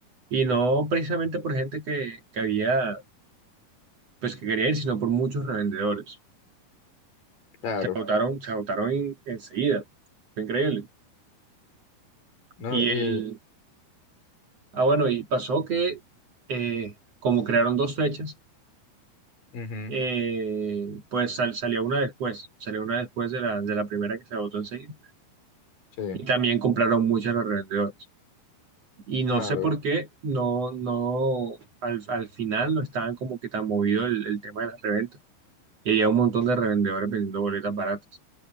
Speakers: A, on the right; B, on the left.
A: Y no precisamente por gente que, que había, pues que quería ir, sino por muchos revendedores.
B: claro.
A: Se agotaron, se agotaron en- enseguida. Fue increíble.
B: No,
A: Y
B: y,
A: el, ah, bueno, y pasó que eh, como crearon dos fechas,
B: ujú,
A: eh, pues sal- salió una después, salió una después de la, de la primera que se agotó enseguida.
B: sí,
A: Y también compraron muchas los revendedores. Y no
B: claro.
A: sé por qué, no, no, al, al final no estaban como que tan movido el, el tema de las reventas. Y había un montón de revendedores vendiendo boletas baratas.